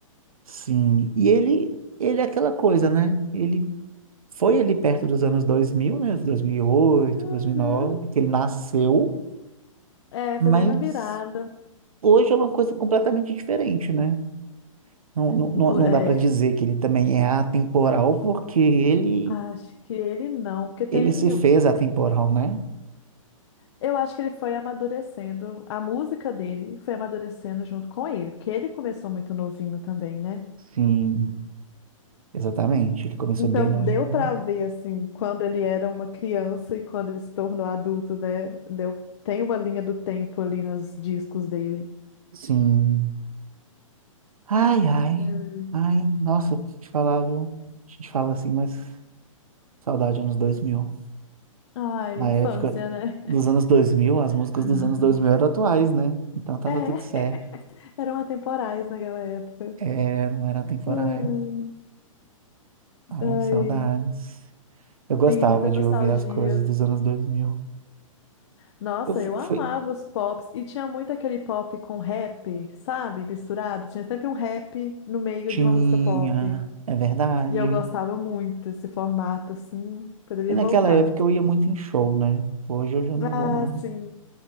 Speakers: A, on the right; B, on the left.
A: Sim. E ele, ele é aquela coisa, né? Ele foi ali perto dos anos 2000, né? dois dois mil mil e oito,
B: Uhum.
A: dois mil e nove, que ele nasceu,
B: É,
A: mas.
B: foi bem na virada.
A: Hoje é uma coisa completamente diferente, né? Não, não,
B: Bu-
A: não não
B: É,
A: dá para dizer que ele também é atemporal, porque ele,
B: acho que ele não, porque tem.
A: ele se fez atemporal, né?
B: Eu acho que ele foi amadurecendo, a música dele foi amadurecendo junto com ele, porque ele começou muito novinho também, né?
A: Sim, exatamente. Ele começou
B: Então
A: bem novinho.
B: deu pra ver assim, quando ele era uma criança e quando ele se tornou adulto, né? Deu... Tem uma linha do tempo ali nos discos dele.
A: Sim. Ai, ai.
B: Hum.
A: Ai, nossa, te falar, viu? A gente fala assim, mas saudade anos dois mil
B: Ai,
A: Na
B: infância,
A: época
B: né?
A: dos anos 2000 as
B: <laughs>
A: músicas dos anos 2000 eram atuais, né? Então tava
B: É,
A: tudo certo.
B: eram atemporais naquela época.
A: É, não era atemporais.
B: Ai,
A: Ai,
B: ai.
A: saudades. Eu gostava
B: Sim, muita
A: de
B: nostalgia.
A: ouvir as coisas dos anos 2000.
B: Nossa,
A: Eu fu-
B: eu amava
A: fui,
B: os pops. E tinha muito aquele pop com rap, sabe? Misturado. Tinha sempre um rap no meio
A: tinha,
B: de uma música pop.
A: é verdade.
B: E eu gostava muito desse formato, assim. Poderia
A: E naquela
B: voltar.
A: época eu ia muito em show, né? Hoje eu já não
B: Ah,
A: vou mais.
B: sim.